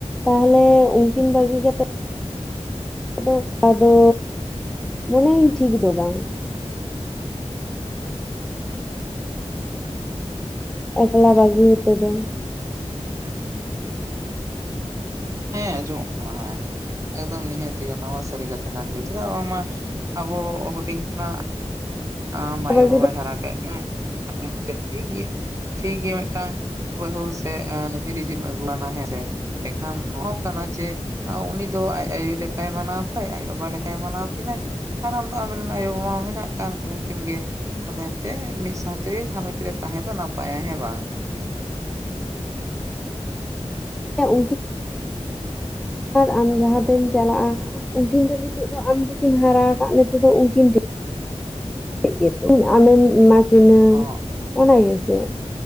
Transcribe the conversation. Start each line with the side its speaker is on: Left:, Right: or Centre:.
Centre: ᱛᱟᱦᱞᱮ ᱩᱱᱠᱤᱱ ᱵᱟᱹᱜᱤ ᱠᱟᱛᱮᱜ ᱫᱚ ᱟᱫᱚ ᱢᱚᱱᱮᱭᱤᱧ ᱴᱷᱤᱠ ᱫᱚ ᱵᱟᱝ᱾ ᱮᱠᱞᱟ ᱵᱟᱹᱜᱤ ᱦᱚᱴᱚ ᱫᱚ᱾
Right: ᱦᱮᱸ ᱟᱸᱡᱚᱢᱚᱜ ᱠᱟᱱᱟ ᱦᱮᱸ, ᱮᱠᱫᱚᱢ ᱱᱤᱦᱟᱹᱛᱤ ᱚᱱᱟ ᱢᱟ ᱥᱟᱹᱨᱤ ᱠᱟᱛᱷᱟ ᱠᱟᱱ ᱜᱮ ᱪᱮᱫᱟᱜ ᱵᱟᱝᱢᱟ ᱟᱵᱚ ᱦᱩᱰᱤᱧ ᱠᱷᱚᱱᱟᱜ ᱟᱢ ᱟᱭᱳ
Centre: ᱵᱟᱹᱜᱤ
Right: ᱵᱟᱵᱟᱭ
Centre: ᱫᱚ
Right: ᱦᱟᱨᱟ ᱠᱮᱫ ᱢᱮᱭᱟ <inaudible> ᱴᱷᱤᱠ ᱜᱮᱭᱟ ᱴᱷᱤᱠ ᱜᱮᱭᱟ ᱢᱤᱫᱴᱟᱝ ᱵᱟᱹᱦᱩ ᱥᱮ ᱛᱤᱨᱤ ᱡᱤᱢ ᱟᱹᱜᱩᱟᱱᱟ ᱦᱮᱸ ᱥᱮ ᱮᱸᱰᱮᱠᱷᱟᱱ ᱱᱚᱣᱟ ᱦᱚᱸ ᱠᱟᱱᱟ ᱡᱮ ᱩᱱᱤ ᱫᱚ ᱟᱡ ᱟᱭᱳ ᱞᱮᱠᱟᱭ ᱢᱟᱱᱟᱣ ᱠᱚᱣᱟᱭ ᱟᱡ ᱵᱟᱵᱟ ᱞᱮᱠᱟᱭ ᱢᱟᱱᱟᱣ ᱠᱤᱱᱟᱭ ᱟᱨ ᱟᱢ ᱫᱚ ᱟᱢ ᱨᱮᱱ ᱟᱭᱳ ᱵᱟᱵᱟ ᱢᱟ ᱢᱮᱱᱟᱜ ᱠᱟᱱ ᱜᱮ᱾ ᱩᱱᱠᱤᱱ ᱜᱮ ᱟᱫᱚ ᱮᱱᱛᱮᱫ ᱢᱤᱫ ᱥᱟᱶ ᱛᱮᱜᱮ ᱜᱷᱟᱨᱚᱸᱡ ᱨᱮ ᱛᱟᱦᱮᱸ ᱫᱚ ᱱᱟᱯᱟᱭᱟ ᱦᱮᱸ ᱵᱟᱝ?
Centre: ᱦᱮᱸ ᱩᱱᱠᱤᱱ ᱟᱨ ᱟᱢ ᱡᱟᱦᱟᱸ ᱛᱮᱢ ᱪᱟᱞᱟᱜᱼᱟ ᱩᱱᱠᱤᱱ ᱫᱚ ᱱᱤᱛᱚᱜ ᱫᱚ ᱟᱢ ᱫᱚᱠᱤᱱ ᱦᱟᱨᱟ ᱟᱠᱟᱫ ᱢᱮᱛᱮ ᱫᱚ ᱩᱱᱠᱤᱱ ᱰᱷᱮᱨ ᱜᱮᱛᱚ ᱟᱢᱮᱢ ᱮᱢᱟ ᱠᱤᱱᱟᱹ
Right: ᱚ
Centre: ᱚᱱᱟ ᱜᱮᱥᱮ᱾